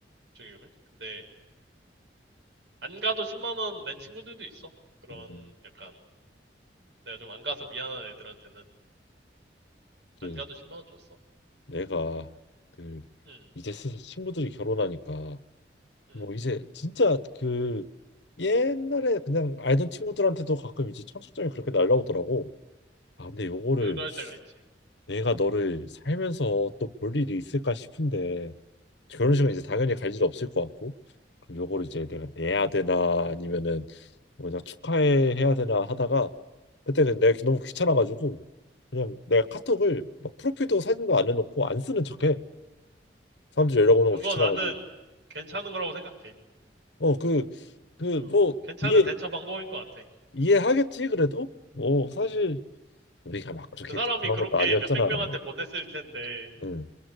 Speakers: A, on the right; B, on the left.
A: 축의금을. 근데 안 가도 10만 원 낸 친구들도 있어. 그런
B: 음,
A: 약간 내가 좀 안 가서 미안한 애들한테는
B: 그
A: 안 가도 10만 원 줬어.
B: 내가 그
A: 응,
B: 이제 슬슬 친구들이 결혼하니까
A: 응.
B: 뭐 이제 진짜 그 옛날에 그냥 알던 친구들한테도 가끔 이제 청첩장이 그렇게 날라오더라고. 아, 근데 요거를
A: 그럴 때가 있지.
B: 내가 너를 살면서 또 볼 일이 있을까 싶은데 결혼식은 이제 당연히 갈 일 없을 것 같고 그럼 요거를 이제 내가 내야 되나 아니면은 뭐냐 축하해 해야 되나 하다가 그때는 내가 너무 귀찮아가지고 그냥 내가 카톡을 막 프로필도 사진도 안 해놓고 안 쓰는 척해 사람들이 연락 오는
A: 그거
B: 거 귀찮아가지고
A: 나는 괜찮은 거라고 생각해.
B: 어 그 그
A: 어,
B: 뭐
A: 괜찮은
B: 이해
A: 대처 방법인 것 같아.
B: 이해하겠지 그래도 뭐 사실 우리가 막 그렇게
A: 그 사람이
B: 강한
A: 그렇게
B: 것도 아니었잖아
A: 몇백 명한테 보냈을 텐데
B: 응